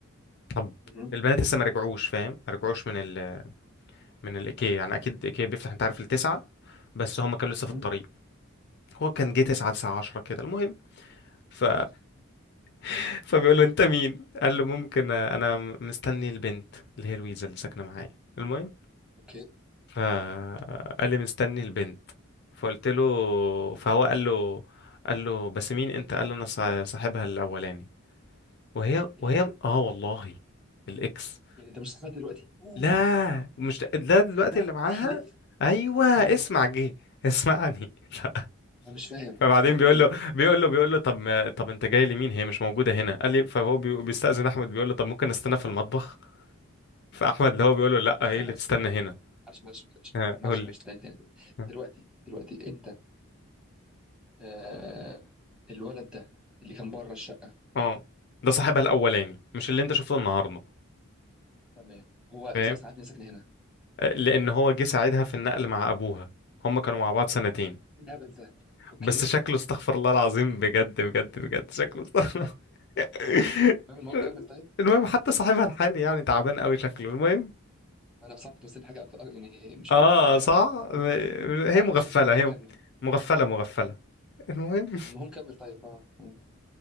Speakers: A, on the left (about 50°); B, in the centre.
A: طب
B: مهم.
A: البنات لسه ما رجعوش فاهم ما رجعوش من ال... من الايكيا يعني اكيد ايكيا بيفتح انت عارف التسعة بس هم كانوا لسه
B: مهم.
A: في الطريق هو كان
B: مهم.
A: جه تسعة تسعة عشرة كده المهم ف
B: مهم.
A: <laughs> فبيقول له انت مين قال له ممكن انا مستني البنت اللي هي لويزا اللي ساكنه معايا المهم
B: اوكي
A: فقال لي مستني البنت فقلت له فهو قال له قال له بس مين انت قال له انا صا- صاحبها الاولاني وهي وهي
B: ايه
A: اه والله الاكس
B: يعني انت مش سامع دلوقتي اوه
A: لا مش ده, ده دلوقتي
B: لا
A: اللي معاها
B: احلف
A: ايوه اسمع
B: اه
A: جه اسمعني <laughs> ف-
B: انا مش فاهم
A: فبعدين
B: هو ال-
A: بيقول
B: ال-
A: له بيقول له بيقول له طب ما طب انت جاي لمين هي مش موجوده هنا قال لي فهو بي- بيستأذن احمد بيقول له طب ممكن نستنى في المطبخ فاحمد اللي هو بيقول له لا ايه
B: استنى
A: اللي
B: بس
A: تستنى هنا
B: معلش معلش معلش
A: ها،
B: معلش
A: قول
B: معلش
A: لي
B: تاني تاني
A: ها.
B: دلوقتي دلوقتي انت آه الولد ده اللي كان بره الشقه
A: اه ده صاحبها الاولاني مش اللي انت شفته النهارده
B: تمام هو ازاي
A: فاهم
B: اصلا عارف اني ساكن هنا
A: آه، لان هو جه ساعدها في النقل مع ابوها هم كانوا مع بعض سنتين
B: ايه الهبل ده اوكي
A: بس شكله استغفر الله العظيم بجد بجد بجد شكله استغفر <laughs>
B: تمام المهم كمل طيب
A: المهم حتى صاحبها الحالي يعني تعبان قوي شكله المهم
B: انا بصراحه كنت مستني حاجه اكتر يعني مش
A: اه
B: عارف انا
A: صح هي
B: ما اعرفش
A: مغفلة
B: اللي كان في بالي
A: هي
B: كان
A: مغفلة مغفلة المهم
B: المهم كمل طيب اه مم.